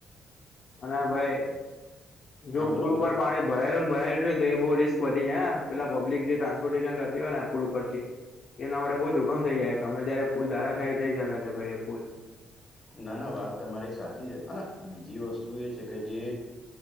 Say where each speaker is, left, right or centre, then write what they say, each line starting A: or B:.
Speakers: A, on the left; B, on the left.
A: અને આ ભાઈ, જો
B: હા બોલો
A: પુલ
B: બોલો
A: પર પાણી ભરાયેલુંન ભરાયેલું રહે તે બહુ રિસ્ક વધી જાય હા. પહેલા પબ્લિક જે ટ્રાન્સપર્ટેશન કરતી હોયને એ પુલ ઉપરથી એના વડે બહુ જોખમ થઇ જાય. ગમે ત્યારે પુલ ધારાશાયી થઈ શકે છે ભાઈ એ પુલ.
B: ના-ના વાત તમારી સાચી છે. અને બીજી વસ્તુ એ છે, કે જે